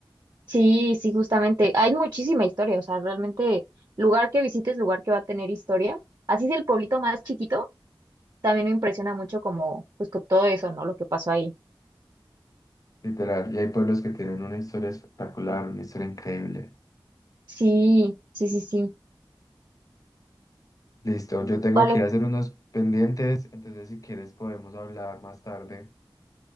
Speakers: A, on the right; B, on the left.
A: sí, sí, justamente. Hay muchísima historia, o sea, realmente lugar que visites, lugar que va a tener historia. Así es el pueblito más chiquito, también me impresiona mucho como pues con todo eso, ¿no? Lo que pasó ahí.
B: Literal, y hay pueblos que tienen una historia espectacular, una historia increíble.
A: Sí, sí, sí, sí.
B: Listo, yo tengo
A: Vale.
B: que ir a hacer unos pendientes, entonces si quieres podemos hablar más tarde.